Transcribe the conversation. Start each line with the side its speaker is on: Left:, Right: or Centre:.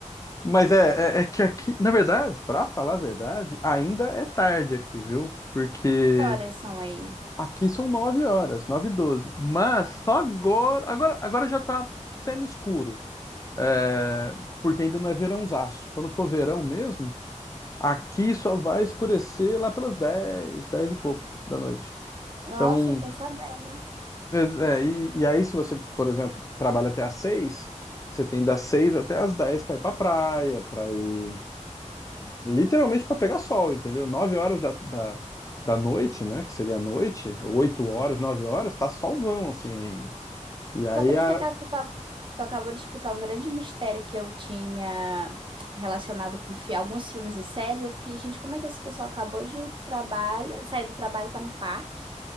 Left: mas é, é, é que aqui, na verdade, pra falar a verdade, ainda é tarde aqui, viu? Porque
Right: Que horas são aí?
Left: aqui são 9 horas, 9 e 12, mas só agora, agora, agora já tá semi-escuro. É, porque ainda não é verãozaço. Quando for verão mesmo, aqui só vai escurecer lá pelas 10, 10 e pouco da noite.
Right: Nossa,
Left: Então,
Right: eu tô sabendo.
Left: é, é, e, e aí se você, por exemplo, trabalha até às 6, você tem das 6 até às 10 para ir para praia, para ir literalmente para pegar sol, entendeu? 9 horas da, da, da noite, né, que seria a noite, 8 horas, 9 horas, tá solzão assim ainda. E aí
Right: Tu acredita
Left: a,
Right: que tu, acab- tu acabou de explicar um grande mistério que eu tinha relacionado com fi- alguns filmes e séries? Eu fiquei, gente, como é que esse pessoal acabou de trabalho, sair do trabalho e tá no parque?